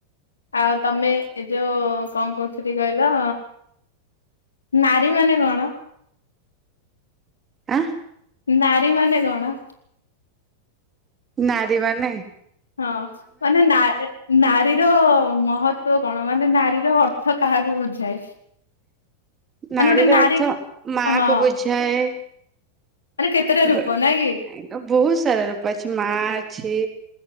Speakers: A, on the left; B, on the right.
A: ଆଉ ତମେ ଏ ଯୋଉ କଁ କହୁଥିଲି କହିଲ ନାରୀ ମାନେ କଣ?
B: ଆଁ।
A: ନାରୀ ମାନେ କଣ?
B: ନାରୀମାନେ।
A: ହଁ, ମାନେ ନା-ଏ ନାରୀର ମହତ୍ତ୍ୱ କଣ, ମାନେ ନାରୀର ଅର୍ଥ କାହାକୁ ବୁଝାଏ? ମାନେ
B: ନାରୀର
A: ଗୋଟେ ନାରୀ
B: ଅର୍ଥ ମା
A: ହଁ
B: କୁ ବୁଝାଏ।
A: ମାନେ କେତେଟା ରୂପ
B: ଗୋ ନାଇଁତ
A: ନାଇଁ କି?
B: ବହୁତ ସାରା ରୂପ ଅଛି, ମାଆ ଅଛି